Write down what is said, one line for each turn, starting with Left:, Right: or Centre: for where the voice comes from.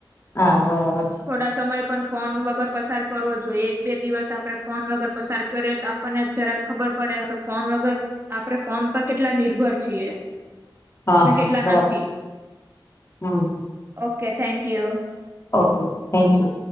Left: આ બરાબર છે.
Right: થોડા સમય પણ ફોન વગર પસાર કરવો જોઈએ એક બે દિવસ આપણે ફોન વગર પસાર કરીએ તો આપણને જરાક ખબર પડે આપે ફોન વગર આપડે ફોન પર કેટલા નિર્ભર છીએ.
Left: હા
Right: અને કેટલા
Left: હા બરાબર
Right: નથી.
Left: હમ હમ.
Right: Okay thank you.
Left: Okay thank you.